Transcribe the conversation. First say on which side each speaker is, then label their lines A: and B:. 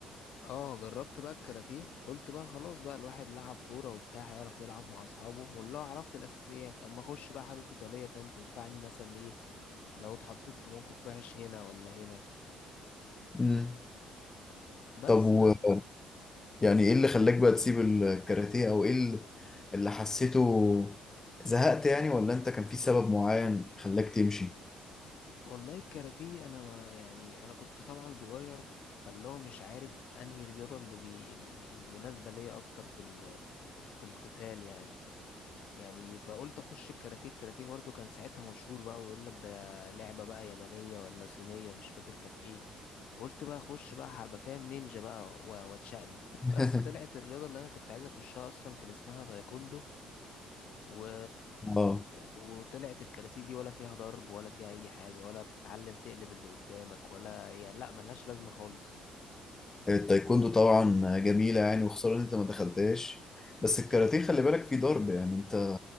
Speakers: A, on the left; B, on the left.
A: اه جربت بقى الكاراتيه قلت بقى خلاص بقى الواحد لعب كورة وبتاع هيعرف يلعب مع اصحابه والله عرفت الاساسيات اما اخش بقى حاجة قتالية فاهم تنفعني مثلا ايه لو اتحطيت في موقف وحش هنا ولا هنا
B: امم
A: بس
B: طب و
A: بقى
B: يعني ايه اللي خلاك بقى تسيب الكاراتيه او ايه اللي اللي حسيته زهقت يعني ولا انت كان في سبب معين خلاك تمشي
A: والله الكاراتيه انا ما يعني انا كنت طبعا صغير فاللي هو مش عارف انهي رياضه اللي بي ال- المناسبه ليا اكتر في ال- في القتال يعني يعني فقلت اخش الكاراتيه الكاراتيه برضه كان ساعتها مشهور بقى ويقول لك ده لعبة بقى يابانية ولا صينية مش فاكر كانت ايه قلت بقى اخش بقى هبقى فاهم نينجا بقى و- واتشقلب
B: <laughs>
A: بس طلعت الرياضة اللي انا كنت عايز اخشها اصلا كان اسمها تايكوندو و...
B: اه
A: وطلعت الكاراتيه دي ولا فيها ضرب ولا فيها اي حاجة ولا بتتعلم تقلب اللي قدامك ولا يعني لا ملهاش لازمة خالص
B: التايكوندو طبعا جميلة يعني وخسارة ان انت ما دخلتهاش بس الكاراتيه خلي بالك فيه ضرب يعني انت